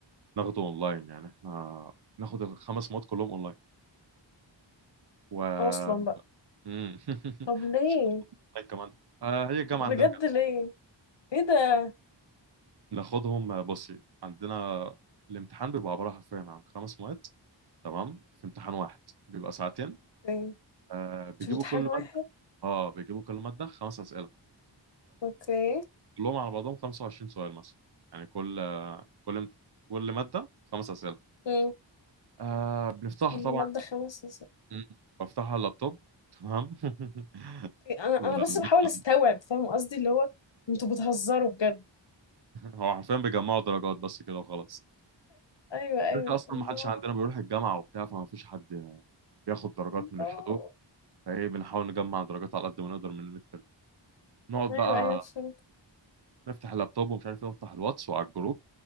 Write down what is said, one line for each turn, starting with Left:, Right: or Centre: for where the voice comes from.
Right: ناخده اونلاين يعني احنا ناخد الخمس مواد كلهم اونلاين و
Left: اصلا بقى
Right: مم. <laughs>
Left: طب ليه
Right: مش بناخد اونلاين كمان آه، هي الجامعه
Left: بجد
Right: عندنا كده
Left: ليه ايه ده
Right: ناخدهم آه، بصي عندنا الامتحان بيبقى عباره حرفيا عن خمس مواد تمام في امتحان واحد بيبقى ساعتين
Left: في
Right: آه بيجيبوا
Left: في امتحان
Right: كل
Left: واحد
Right: ماده اه بيجيبوا كل ماده خمس اسئله
Left: اوكي
Right: كلهم على بعضهم 25 سؤال مثلا يعني كل كل كل مادة خمس أسئلة
Left: امم
Right: آه بنفتحها
Left: كل
Right: طبعا
Left: ماده خمس
Right: مم. بفتحها على اللابتوب تمام <laughs>
Left: انا
Right: ومثلا
Left: انا بس بحاول استوعب فاهم قصدي اللي هو انتوا بتهزروا بجد
Right: هو حرفيا بيجمعوا درجات بس كده وخلاص
Left: ايوه ايوه
Right: كده أصلا
Left: الله
Right: ما حدش عندنا بيروح الجامعة وبتاع فما فيش حد بياخد درجات
Left: الله
Right: من الحضور فايه بنحاول نجمع درجات على قد ما نقدر من الميد تيرم نقعد
Left: ايوه
Right: بقى
Left: ايوه فهمت
Right: نفتح اللابتوب ومش عارف ايه نفتح الواتس وعلى الجروب